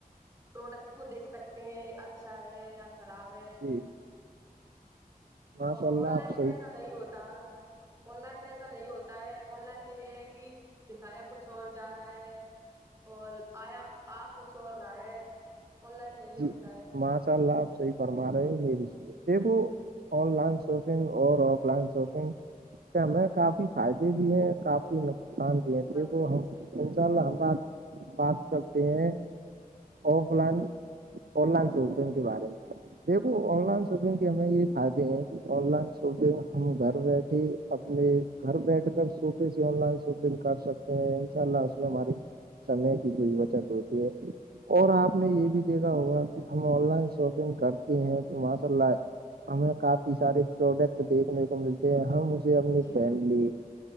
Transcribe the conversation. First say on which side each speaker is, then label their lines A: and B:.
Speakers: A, on the right; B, on the right.
A: پروڈکٹ کو دیکھ سکتے ہیں اچھا ہے یا خراب ہے
B: جی
A: اور
B: ماشاء اللہ
A: آن لائن
B: آپ صحیح
A: میں ایسا نہیں ہوتا آن لائن میں ایسا نہیں ہوتا ہے آن لائن میں یہ ہے کہ دکھایا کچھ اور جا رہا ہے اور آیا آ کچھ اور رہا ہے آن لائن میں یہ
B: جی
A: ہوتا ہے
B: ماشاء اللہ آپ صحیح فرما رہے ہو میری دیکھو آن لائن شاپنگ اور آف لائن شاپنگ ہمیں کافی فائدے بھی ہیں کافی نقصان بھی ہے دیکھو
A: بھی ہے
B: ہم
A: صحیح بولا
B: انشاء اللہ ہم بات بات کرتے ہیں offline online shopping کے بارے میں دیکھو آن لائن شاپنگ ہمیں یہ فائدے ہیں کہ آن لائن شاپنگ ہم گھر بیٹھے اپنے گھر بیٹھ کر شاپنگ سے آن لائن شاپنگ کر سکتے ہیں انشاء اللہ اس میں ہماری سمے کی بھی بچت ہوتی ہے اور آپ نے یہ بھی دیکھا ہوگا کہ ہم آن لائن شاپنگ کرتے ہیں تو ماشاء اللہ ہمیں کافی سارے پروڈکٹ دیکھنے کو ملتے ہیں ہم اسے اپنی
A: جی
B: فیملی